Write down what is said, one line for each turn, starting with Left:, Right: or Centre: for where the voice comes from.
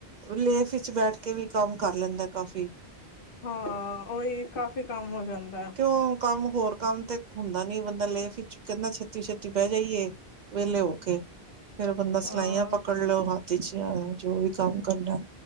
Right: ਲੇਖ ਵਿੱਚ ਬੈਠ ਏ ਵੀ ਕੰਮ ਕਰ ਲੈਂਦੇ ਕਾਫ਼ੀ।
Left: ਹਾਂ ਉਹੀ ਕਾਫ਼ੀ ਕੰਮ ਹੋ ਜਾਂਦਾ ਹੈ।
Right: ਕਿਉਂ ਕੰਮ ਹੋਰ ਕੰਮ ਤੇ ਹੁੰਦਾ ਨੀ ਬੰਦਾ ਲੈਫ ਕਹਿੰਦਾ ਛੇਤੀ ਛੇਤੀ ਬਹਿ ਜਾਈਏ ਵੇਲੇ ਓਕ ਤੇ ਫੇਰ ਬੰਦਾ
Left: ਹਾਂ
Right: ਸਿਲਾਈਆਂ ਪਕੜ ਲਓ ਹ <unintelligible> ਜੋ ਵੀ ਕੰਮ ਕਰਨਾ